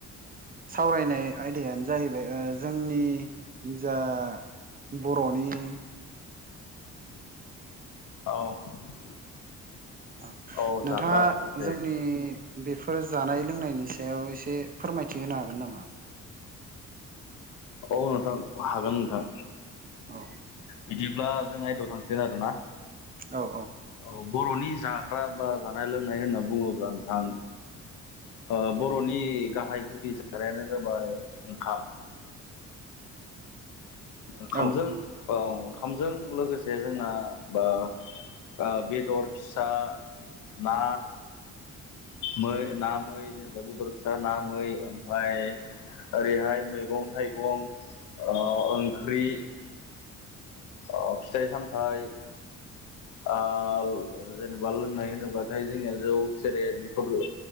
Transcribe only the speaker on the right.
सावरायनाय आयदायानो जाहैबाय ओ जोंनि जा बर'नि
औ नोंथाङा
जोंनि बेफोर जानाय लोंनायनि सायाव एसे फोरमायथि होनो हागोन नामा?
औ
औ औ
औ